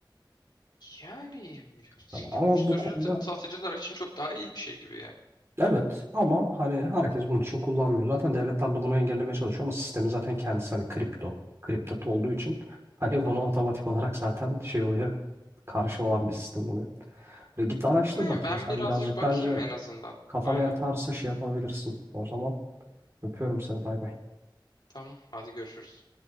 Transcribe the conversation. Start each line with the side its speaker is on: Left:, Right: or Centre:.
Left: Yani <laughs>
Right: Hani ama
Left: uyuşturucu
Right: bu konuda
Left: t- satıcılar için çok daha iyi bir şey gibi ya.
Right: evet ama hani herkes bunun için kullanmıyor. Zaten devletler de bunu engellemeye çalışıyor ama sistemin zaten kendisi hani kripto, kripto olduğu için hani buna
Left: Hı hı.
Right: otomatik olarak zaten şey oluyor. Karşı olan bir sistem oluyor. Ve git araştır
Left: Ne,
Right: bakayım
Left: ben
Right: sen
Left: birazcık
Right: birazcık
Left: bakayım
Right: bence
Left: en azından.
Right: kafana
Left: Aynen.
Right: yatarsa şey yapabilirsin. O zaman öpüyorum seni bay bay.
Left: Tamam. Hadi görüşürüz.